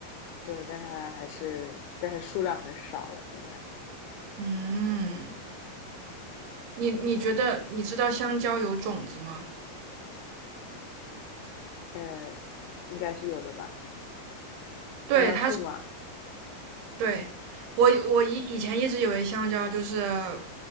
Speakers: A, on the left; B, on the right.
A: 对，但它还是，但是数量很少了，现在，
B: 嗯，你你觉得你知道香蕉有种子吗？
A: 呃，应该是有的吧？
B: 对，
A: 香蕉树嘛，
B: 它是对我我以以前一直以为香蕉就是